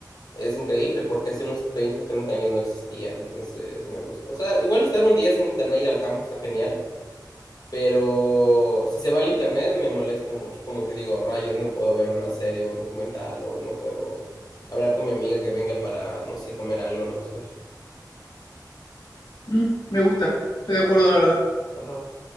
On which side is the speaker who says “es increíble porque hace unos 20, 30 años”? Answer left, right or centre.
Left